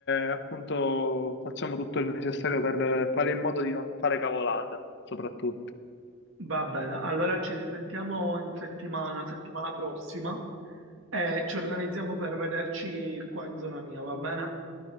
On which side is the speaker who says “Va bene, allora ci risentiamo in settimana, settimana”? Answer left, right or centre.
Right